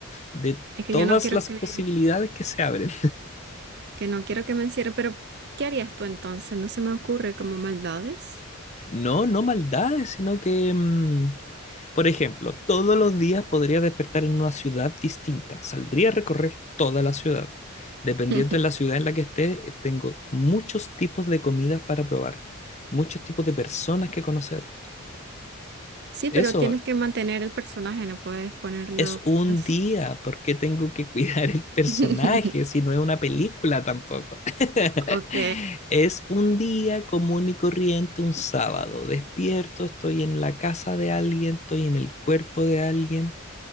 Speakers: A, on the left; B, on the right.
A: de
B: es que
A: todas
B: yo no quiero
A: las
B: que...
A: posibilidades que se abren.
B: que no quiero que me encierre, pero ¿qué harías tú entonces? No se me ocurre como maldades.
A: No, no maldades, sino que, mm, por ejemplo, todos los días podría despertar en una ciudad distinta. Saldría a recorrer toda la ciudad. Dependiendo
B: <laughs>
A: de la ciudad en la que esté, eh, tengo muchos tipos de comidas para probar, muchos tipos de personas que conocer.
B: Sí,
A: Eso
B: pero tienes que mantener el personaje, no puedes ponerlo
A: Es un
B: así.
A: día, ¿por qué tengo que cuidar el personaje
B: <laughs>
A: si no es una película tampoco? <laughs>
B: Ok.
A: Es un día común y corriente, un sábado. Despierto, estoy en la casa de alguien, estoy en el cuerpo de alguien.